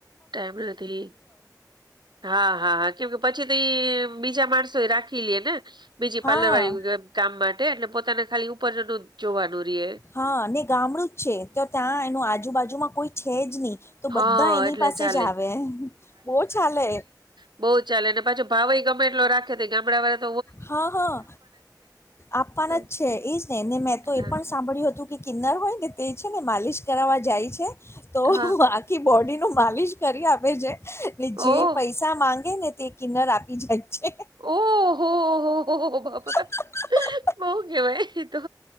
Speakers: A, on the right; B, on the left.
A: ટાઈમ નથી હા હા હા કેમ કે પછી તો એ બીજા માણસો એ રા ખી લે ને બીજી
B: હા
A: પાર્લર વાળી કામ માટે એટલે પોતાને ખાલી ઉપરનું જોવાનું રીએ
B: હા ને ગામડું જ છે, તો ત્યાં એનું આજુબાજુમાં કોઈ છે, જ ની તો
A: હા,
B: બધા એની
A: એટલે
B: પાસે
A: ચાલે
B: જ આવે બો ચાલે
A: બો ચાલે અને પાછો ભાવ એ ગમે એટલો રાખે તે કે ગામડા વાળા
B: હા હા આપવાન
A: તો
B: જ, છે એજ નેને મેં તો
A: હા,
B: એ પણ સાંભળ્યું હતું કે કિન્નર હોય ને તે છે, ને માલિશ કરાવવા જાય છે, તો
A: હા,
B: ખી બોડી નુ માલિશ કરી આપે છે,
A: ઓહ!
B: જે પૈ સા માંગે ને તે કિન્નર આપી જાય છે.
A: ઓહ હો હો હો બાપા
B: તો
A: બોવ કેવાય એ તો